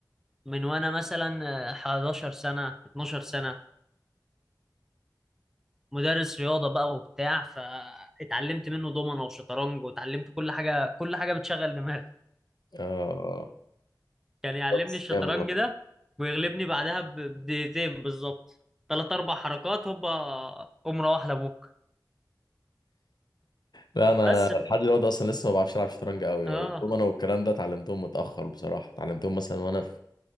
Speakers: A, in the centre; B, on the left.
A: من وانا مثلا آه، 11 سنه 12 سنه مدرس رياضه بقى وبتاع فاتعلمت منه ضمنه وشطرنج واتعلمت كل حاجه كل حاجه بتشغل دماغك
B: آه
A: كان يعلمني
B: لا، بس
A: الشطرنج
B: جامد والله
A: ده ويغلبني بعدها ب- بدقيقتين بالظبط ثلاث اربع حركات هوبا قوم روح لابوك
B: لا أنا
A: بس
B: لحد
A: في...
B: دلوقتي أصلا لسه ما بعرفش ألعب شطرنج أوي
A: اه
B: والضمنة والكرنت ده اتعلمتهم متأخر بصراحة اتعلمتهم مثلا وأنا في